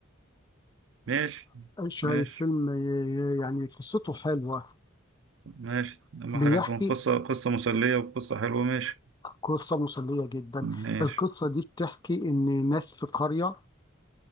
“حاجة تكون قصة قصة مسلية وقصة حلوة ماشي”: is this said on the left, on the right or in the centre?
Right